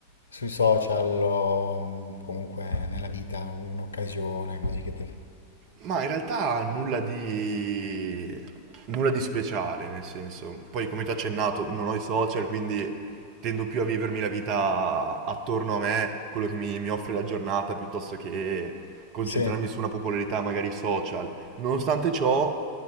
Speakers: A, on the left (about 70°); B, on the right (about 40°).
A: Sui social o mh, comunque nella vita, un'occasione così che ti...
B: Ma in realtà nulla di... nulla di speciale, nel senso. Poi come ti ho accennato, non ho i social, quindi tendo più a vivermi la vita attorno a me, quello che mi, mi offre la giornata, piuttosto che concentrarmi
A: Sì,
B: su una popolarità magari social. Nonostante ciò,